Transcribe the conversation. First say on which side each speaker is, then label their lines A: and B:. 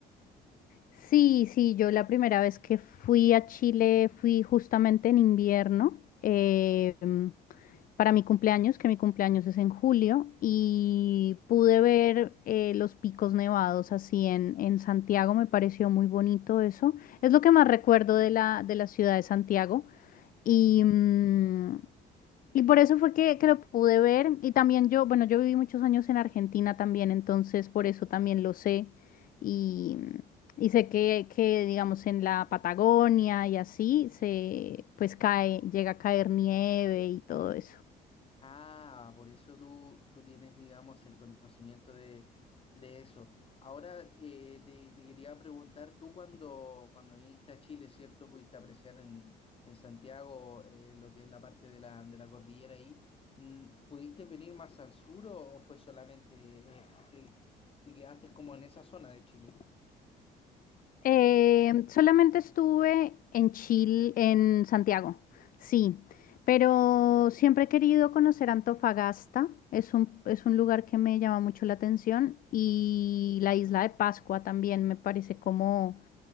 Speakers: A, on the left; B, on the left.
A: Sí, sí, yo la primera vez que fui a Chile fui justamente en invierno, eh, mm, para mi cumpleaños, que mi cumpleaños es en julio, y pude ver eh, los picos nevados así en, en Santiago, me pareció muy bonito eso. Es lo que más recuerdo de la, de la ciudad de Santiago. Y, mm, y por eso fue que, que lo pude ver. Y también yo, bueno, yo viví muchos años en Argentina también, entonces por eso también lo sé. Y, y sé que, que, digamos, en la Patagonia y así se, pues cae, llega a caer nieve y todo eso.
B: Ah, por eso tú, tú tienes, digamos, el conocimiento de, de eso. Ahora eh, te, te quería preguntar, tú cuando, cuando viniste a Chile, ¿cierto? Pudiste apreciar en, en Santiago eh, lo que es la parte de la, de la cordillera ahí. Mm, ¿Pudiste venir más al sur o, o fue solamente, eh, te, te quedaste como en esa zona de Chile?
A: Eh, solamente estuve en Chile, en Santiago, sí, pero siempre he querido conocer Antofagasta, es un, es un lugar que me llama mucho la atención y la isla de Pascua también me parece como